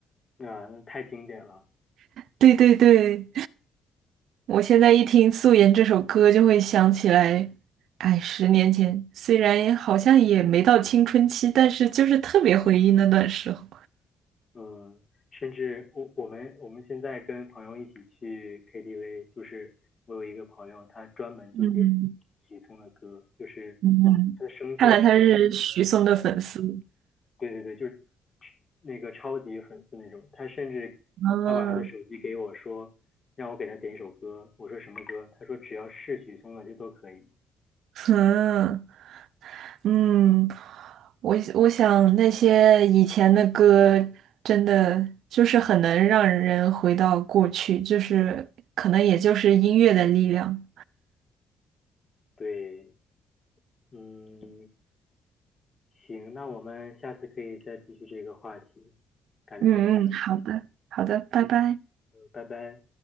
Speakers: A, on the left (about 35°); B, on the right (about 75°).
A: 啊，那太经典了，
B: 对对对，我现在一听《素颜》这首歌，就会想起来，哎，十年前，虽然好像也没到青春期，但是就是特别回忆那段时候。
A: 嗯，甚至我我们我们现在跟朋友一起去 KTV，就是我有一个朋友，他专门就点
B: 嗯
A: 许嵩的歌，就是
B: 嗯，
A: 他的声线跟许嵩也很像，
B: 看来他是许嵩的粉丝。
A: 对对对，就是那个超级粉丝那种，他甚至
B: 嗯
A: 他把他的手机给我说，让我给他点一首歌，我说什么歌？他说只要是许嵩的就都可以。
B: 嗯嗯，我我想那些以前的歌，真的就是很能让人回到过去，就是可能也就是音乐的力量。
A: 对，嗯，行，那我们下次可以再继续这个话题，感觉还挺有意思。
B: 嗯嗯，好的，好的，拜拜。
A: 嗯，拜拜。